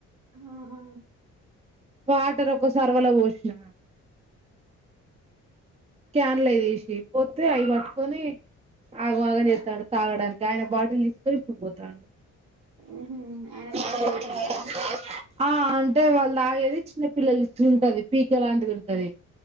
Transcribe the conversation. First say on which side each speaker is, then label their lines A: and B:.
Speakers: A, on the right; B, on the right.
A: ఆహా
B: వాటర్ ఒక్కో సరి వొలకపోసిన క్యాన్ లే తీసిపో ఇత్తే అవి పట్టుకొని ఆగమాగం చేస్తాడు తాగడానికి ఆయన బాటిల్ తీసికొని ఇప్పుడు పోతాండు.
A: ఉహు ఆయన బాటిల్
B: <inaudible>
A: వేరే ఉంటదా
B: ఆ అంటే వాళ్ళు తాగేది చిన్నపిల్లల ఉంటది పీకే లాంటిది ఉంటది.